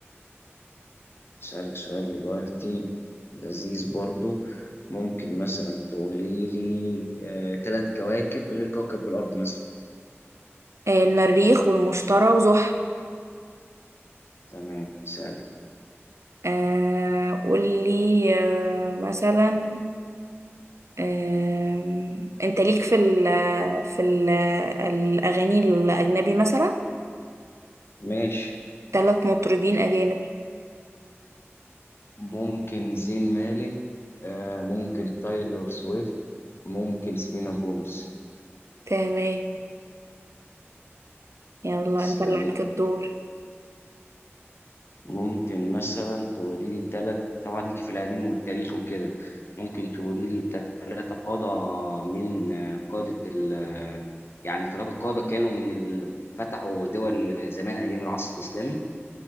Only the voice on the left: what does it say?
أسألك سؤال دلوقتي لذيذ برضو ممكن مثلا تقولي لي آه، تلات كواكب غير كوكب الأرض مثلا
تمام سهل
ماشي
ممكن زين مالك آه، ممكن تايلور سويفت ممكن سيلينا جوميز
أسألك
ممكن مثلا تقولي لي تلات طبعا ليكي في القديم والتاريخ وكده ممكن تقولي لي تلاتة قادة من قادة ال يعني تلاتة قادة كانوا من ال... فتحوا دول زمان أيام العصر الإسلامي